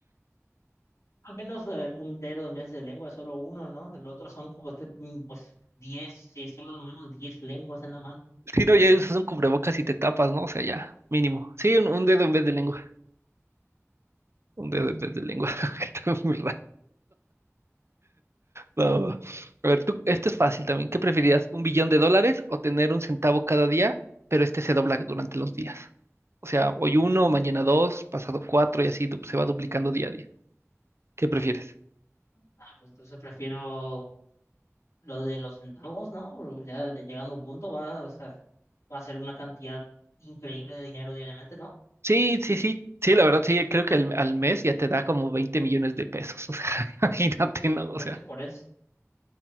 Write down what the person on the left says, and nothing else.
Al menos eh, un dedo en vez de lengua, solo uno, ¿no? El otro son como este, mm, pues diez si es solo la mano, 10 lenguas en la mano.
Ah, pues entonces prefiero lo de los centavos, ¿no? Ya de- llegando a un punto va, o sea, va a ser una cantidad increíble de dinero diariamente, ¿no?
Ya,
por eso,